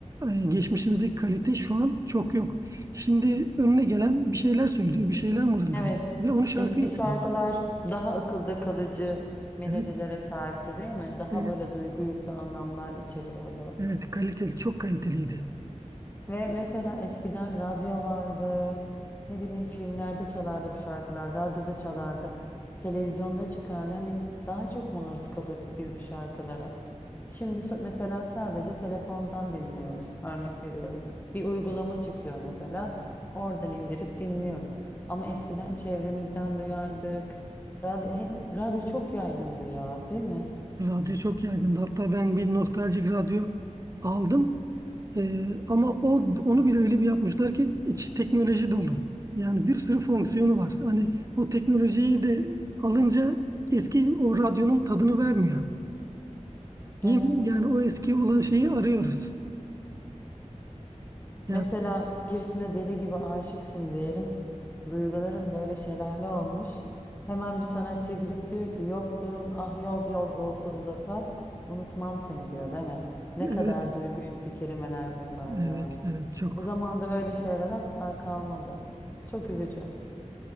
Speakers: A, on the right (about 25°); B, on the left (about 15°).
A: e, geçmişimizdeki kalite şu an çok yok. Şimdi önüne gelen bir şeyler söylüyor, bir şeyler mırıldan
B: Evet,
A: ve onu şarkı
B: eski
A: yapıyor.
B: şarkılar daha akılda kalıcı melodilere
A: Evet.
B: sahipti, değil mi? Daha
A: evet.
B: böyle duygu yüklü anlamlar içeriyordu.
A: Evet kaliteli çok kaliteliydi.
B: Ve mesela eskiden radyo vardı. Ne bileyim filmlerde çalardı bu şarkılar. Radyoda çalardı. Televizyonda çıkardı. Hani daha çok maruz kalırdık biz bu şarkılara. Şimdi so- mesela sadece telefondan dinliyoruz. Örnek veriyorum. Bir uygulama çıkıyor mesela. Oradan indirip dinliyoruz. Ama eskiden çevremizden duyardık. Radyo, hele radyo çok yaygındı ya, değil mi?
A: Radyo çok yaygındı. Hatta ben bir nostaljik radyo aldım. Ee, ama o onu bile öyle bir yapmışlar ki içi teknoloji dolu. Yani bir sürü fonksiyonu var. Hani o teknolojiyi de alınca eski o radyonun tadını vermiyor. Yeni
B: Evet.
A: yani o eski olan şeyi arıyoruz. Yani
B: Mesela birisine deli gibi aşıksın diyelim. Duyguların böyle şelale olmuş. Hemen bir sanatçı girip diyor ki yokluğun ah yol yol olsa uzasa unutmam seni diyor değil mi? Ne
A: evet
B: kadar duygu yüklü kelimeler bunlar ya.
A: evet evet çok
B: Bu zamanda öyle şeyler asla kalmadı. Çok üzücü.